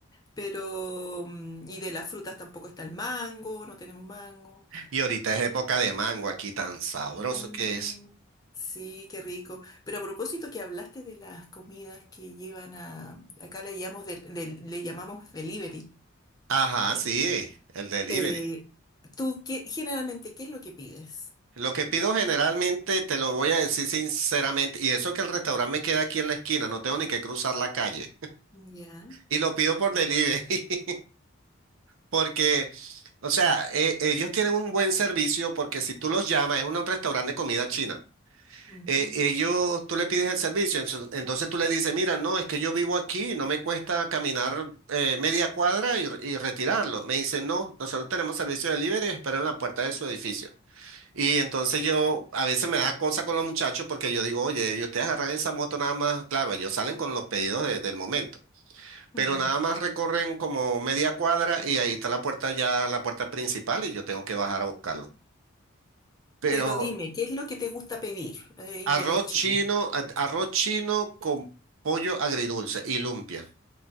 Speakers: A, on the left (about 20°); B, on the right (about 80°).
A: Pero, mm, y de las frutas tampoco está el mango, no tenemos mango.
B: Y ahorita es época de mango aquí, tan sabroso
A: Mm,
B: que es.
A: sí, qué rico. Pero a propósito que hablaste de las comidas que llevan a, acá le llamamos, del- del- le llamamos delivery.
B: Ajá,
A: que,
B: sí, el delivery.
A: eh, ¿tú qué, generalmente qué es lo que pides?
B: Lo que pido generalmente, te lo voy a decir sinceramente, y eso que el restaurante me queda aquí en la esquina, no tengo ni que cruzar la calle.
A: Ya.
B: Y lo pido por delivery, <laughs> porque, o sea, eh, ellos tienen un buen servicio, porque si tú los llamas, es un restaurante de comida china.
A: ujú,
B: Eh, ellos, tú le pides el servicio, enso- entonces tú le dices, mira, no, es que yo vivo aquí, no me cuesta caminar eh, media cuadra y, y retirarlo. Me dicen, no, nosotros tenemos servicio de delivery, espero en la puerta de su edificio. Y entonces yo a veces me da cosa con los muchachos porque yo digo, oye, y ustedes agarran esa moto nada más, claro, ellos salen con los pedidos de- del momento,
A: mm.
B: pero nada más recorren como media cuadra y ahí está la puerta ya, la puerta principal y yo tengo que bajar a buscarlo. Pero
A: Pero dime, ¿qué es lo que te gusta pedir eh,
B: arroz
A: de los chinos?
B: chino, a- arroz chino con pollo agridulce y lumpia.